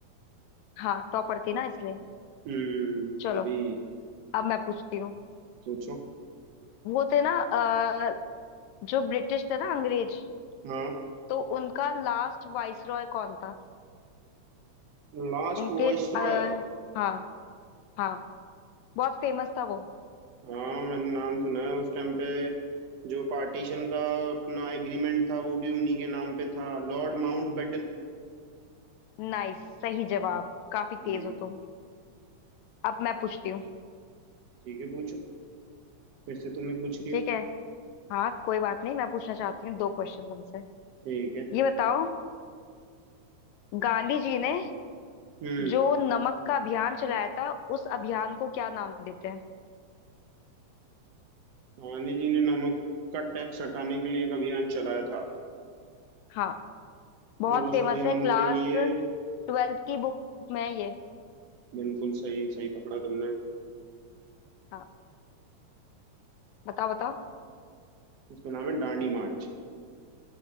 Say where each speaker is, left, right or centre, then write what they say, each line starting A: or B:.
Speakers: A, on the left (about 80°); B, on the right (about 65°).
A: हाँ टॉपर थी ना इसलिए
B: हम्म
A: चलो
B: अभी
A: अब मैं पूछती हूँ
B: सोचो
A: वो थे ना अ, जो ब्रिटिश थे ना अंग्रेज
B: हाँ
A: तो उनका लास्ट वाइसरॉय कौन था
B: लास्ट
A: इनके
B: वॉइस रॉय
A: आ,
B: है
A: हाँ हाँ बहुत फेमस था वो
B: हाँ मैंने नाम सुना है उस टाइम पे जो पार्टीशन का अपना एग्रीमेंट था वो भी उन्हीं के नाम पे था लॉर्ड माउंटबेटन
A: नाइस सही जवाब काफी
B: हम्म
A: तेज हो तुम अब मैं पूछती हूँ
B: ठीक है पूछो फिर से तुम ही पूछ रही
A: ठीक
B: हो
A: है हाँ कोई बात नहीं मैं पूछना चाहती हूँ दो क्वेश्चन तुमसे
B: ठीक है
A: ये बताओ गांधी जी ने
B: हम्म
A: जो नमक का अभियान चलाया था उस अभियान को क्या नाम देते हैं
B: गांधी जी ने नमक का टैक्स हटाने के लिए एक अभियान चलाया था
A: हाँ बहुत
B: और उस
A: फेमस
B: अभियान
A: है क्लास
B: के लिए
A: ट्वेल्थ की बुक में है ये
B: बिल्कुल सही सही पकड़ा तुमने
A: हाँ बताओ बताओ
B: उसका नाम है दांडी मार्च